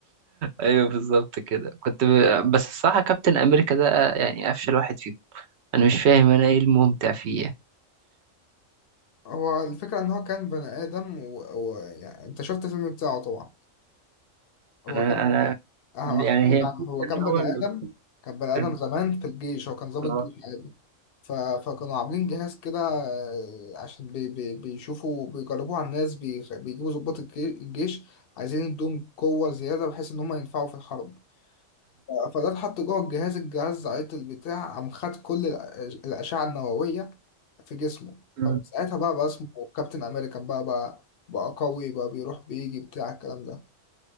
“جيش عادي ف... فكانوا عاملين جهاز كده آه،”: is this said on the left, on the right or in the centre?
Left